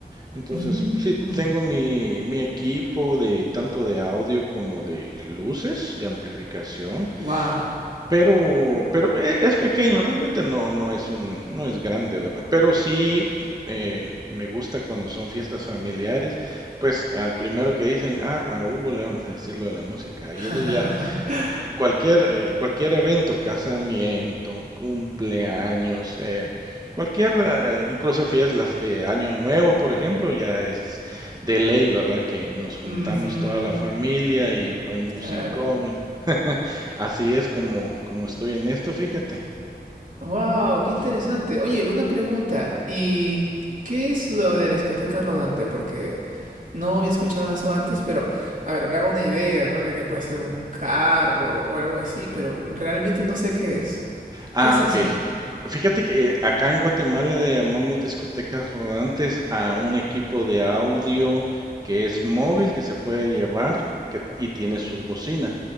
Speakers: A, on the right; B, on the right.
A: Entonces,
B: Mm,
A: sí, tengo mi, mi equipo de tanto de audio como de luces y amplificación.
B: wow.
A: Pero, pero e- es pequeño, realmente no, no es un, no es grande, ¿verdad? Pero sí eh, me gusta cuando son fiestas familiares, pues al primero que dicen, ah, a Hugo le vamos a decir lo de la música.
B: <laughs>
A: Y es de ya cualquier, eh, cualquier evento, casamiento, cumpleaños, eh, cualquier, eh, incluso fiestas de Año Nuevo, por ejemplo, ya es de ley, ¿verdad? Que nos juntamos
B: Ujú,
A: toda la familia y el musicón.
B: Claro.
A: <laughs> Así es como, como estoy en esto, fíjate.
B: Wow, qué interesante. Oye, una pregunta. ¿Y qué es lo de la discoteca rodante? Porque no había escuchado eso antes, pero a ver, me hago una idea, ¿no? De que puede ser un carro o algo así, pero realmente no sé qué es.
A: Ah,
B: ¿Qué es
A: ok.
B: eso?
A: Fíjate que eh, acá en Guatemala le llamamos discotecas rodantes a un equipo de audio que es móvil, que se puede llevar que- y tiene sus bocinas.